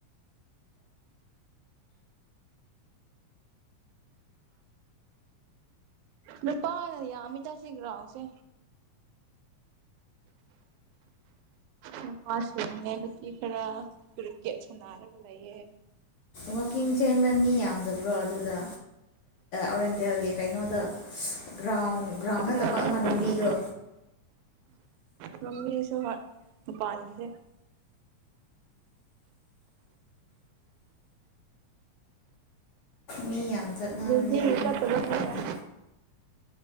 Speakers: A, on the right (about 85°); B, on the left (about 70°).
A: ꯅꯨꯄꯥꯥꯅ ꯌꯥꯃꯤꯗꯁꯤꯒ꯭ꯔꯥꯎꯁꯦ ꯅꯨꯄꯥꯁꯤꯅꯦ ꯅꯨꯄꯤ ꯈꯔ ꯄꯤꯔꯤꯀꯦꯠ ꯁꯅꯥꯔꯒ ꯂꯩꯌꯦ
B: ꯋꯥꯛꯀꯤꯡ ꯆꯦꯟꯕ ꯃꯤ ꯌꯥꯝꯗꯕ꯭ꯔꯣ ꯑꯗꯨꯗ ꯑꯣꯔꯦꯟꯗꯦꯜꯒꯤ ꯀꯩꯅꯣꯗ ꯒ꯭ꯔꯥꯎꯟ ꯒ꯭ꯔꯥꯎꯟ ꯅꯠꯇꯕ
A: ꯌꯥꯝꯕꯖꯥꯠꯅꯤ
B: ꯑꯃ ꯂꯝꯕꯤꯗꯣ
A: ꯃꯃꯤꯁꯨ ꯄꯥꯟꯁꯦ
B: ꯃꯤꯌꯥꯝꯝ ꯆꯠꯅꯕꯅꯦ
A: ꯅꯨꯡꯇꯤꯒꯤ
B: ꯑꯗꯨꯣ
A: ꯆꯠꯇꯕꯅꯤꯅ
B: ꯃꯇꯝ ꯃꯇꯝꯗ